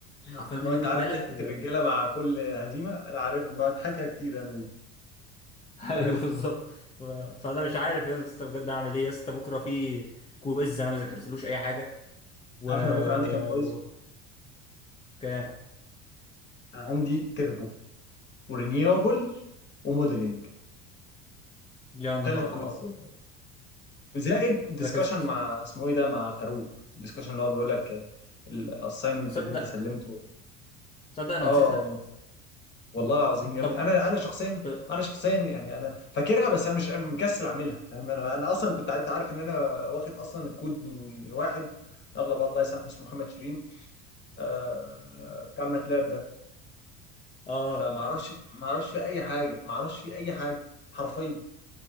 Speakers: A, on the left (about 20°); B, on the left (about 35°).
A: حرفيا
B: ايوه فاهم
A: اليوم
B: هو انت
A: اتملى
B: عارف ضحكة
A: و
B: الرجالة مع كل هزيمة انا عارف بضحكها كتير انا دي
A: <laughs>
B: عارفها
A: ايوه بالظبط ف- فانا مش عارف يا اسطى بجد اعمل ايه يا اسطى بكره في كويز انا ما ذاكرتلوش اي حاجه و,
B: انت عارف انا بكره عندي كام كويز
A: و... كام
B: انا عندي تربو ورينيوبل وموديلنج
A: يا
B: الثلاث
A: نهار
B: كويز
A: ابيض
B: زائد ديسكشن
A: ذاكرت
B: مع اسمه ايه ده مع فاروق الديسكشن اللي هو بيقول لك الاساينمنت
A: تصدق
B: اللي انت سلمته
A: تصدق انا
B: اه
A: نسيتها
B: والله العظيم يا
A: طب
B: ابني انا انا شخصيا
A: ط-
B: انا شخصيا يعني انا فاكرها بس انا مش مكسل اعملها فاهم انا انا اصلا كنت انت عارف ان انا واخد اصلا الكود من من واحد يلا بقى الله يسامحه اسمه محمد شيرين آه بتاع الماتلاب ده
A: اه
B: فما اعرفش ما اعرفش في اي حاجه ما اعرفش في اي حاجه حرفيا